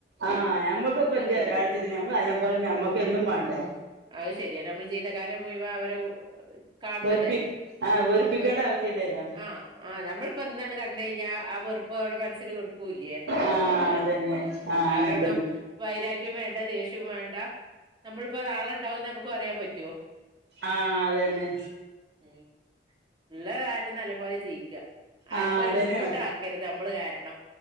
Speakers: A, on the right; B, on the right.
A: ആഹ് ഞമ്മക്കിപ്പ
B: ഉം
A: <unintelligible> ഞമ്മള് നല്ല പോലന്നെ നമ്മക്ക് എന്നും വാണ്ടേ.
B: അത് ശരിയ നമ്മള് ജീവിതകാലം മുഴുവൻ അവരൊവ് കാൺണതല്ലേ
A: വെറുപ്പി ആഹ് വെറുപ്പിക്കേണ്ട
B: വെ
A: ആവശ്യല്ലല്ലോ
B: ആഹ് ആഹ് നമ്മളിപ്പോ ഇന്ന് അങ്ങട് കണ്ട് കഴിഞ്ഞാ ആ വെറുപ്പ് അവിടെ മനസ്സില് കെടു ക്കൂല്യേ
A: ആഹ്
B: അതാണ്
A: അതന്നെ
B: ഉം
A: ആഹ്
B: ആരോടും
A: അങ്ങൻത്തന്നെ
B: വൈരാഗ്യോം വേണ്ട ദേശ്യോം വേണ്ട. ഇപ്പ ഇത് ആളെണ്ടാവോന്ന് നമുക്കും അറിയാൻ പറ്റുവോ?
A: ആഹ് അതന്നെ
B: ഉം ഇള്ള കാലം നല്ല പോലെ ജീവിക്കാ ആർക്കും
A: ആഹ്
B: ഒരു
A: അതന്നെ
B: ബുദ്ധിമുട്ട് ആക്കരുത് അമ്മള് കാരണം.